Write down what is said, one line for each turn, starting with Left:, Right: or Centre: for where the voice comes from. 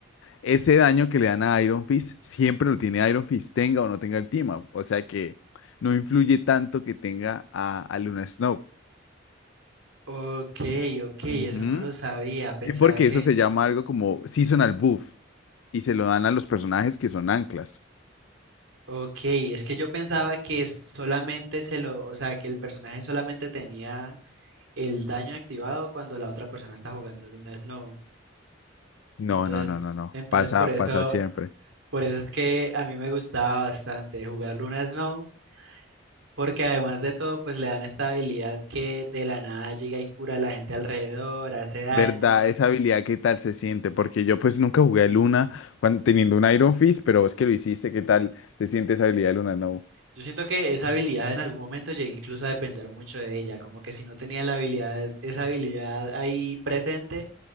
Left: Ese daño que le dan a Iron Fist siempre lo tiene Iron Fist, tenga o no tenga el team up. O sea que no influye tanto que tenga a, a Luna Snow.
Right: Ok, ok, eso
Left: Ujú.
Right: no lo sabía. Pensaba
Left: Y porque
Right: que...
Left: eso se llama algo como seasonal buff y se lo dan a los personajes que son anclas.
Right: Ok, es que yo pensaba que solamente se lo... O sea, que el personaje solamente tenía el daño activado cuando la otra persona está jugando el una no.
Left: No,
Right: Entonces,
Left: no, no, no, no.
Right: entonces
Left: Pasa,
Right: por eso,
Left: pasa siempre.
Right: por eso es que a mí me gustaba bastante jugar Luna Snow, porque además de todo, pues le dan esta habilidad que de la nada llega y cura a la gente alrededor, hace daño.
Left: ¿Verdad? Esa habilidad, ¿qué tal se siente? Porque yo pues nunca jugué a Luna cuan- teniendo un Iron Fist, pero vos que lo hiciste, ¿qué tal se siente esa habilidad de Luna? No.
Right: Yo siento que esa habilidad en algún momento llegué incluso a depender mucho de ella, como que si no tenía la habilidad, esa habilidad ahí presente,